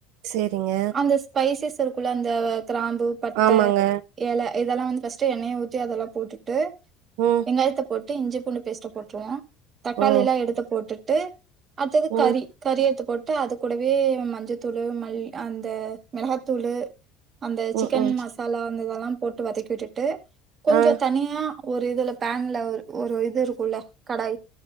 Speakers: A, on the right; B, on the right.
A: சேரிங்க
B: அந்த ஸ்பைசஸ் இருக்குல்ல அந்த கிராம்பு பட்ட
A: ஆமாங்க
B: இல இதெல்லா வந்து ஃபர்ஸ்ட்டு எண்ணெய ஊத்தி அதெல்லா போட்டுட்டு
A: ம்
B: வெங்காயத்த போட் டு இஞ்சி பூண்டு பேஸ்ட்ட போட்டுருவோ தக்காளி
A: ஓ
B: எல்லா எடுத்து போட்டுட்டு அடுத்தது கறி
A: ம்
B: கறி எடுத்து போட்டு அது கூடவே மஞ்சத்தூள் மல் அந்த மெளகாத்தூளு அந்த
A: ம்
B: சிக்கன்
A: ம்
B: மசாலா அந்த இதெல்லா போட்டு வதக்கி விட்டுட்டு கொஞ்சோ
A: ஆ
B: தனியா ஒரு இதுல பேன்ல ஒரு ஒரு இது இருக்கும்ல கடாய்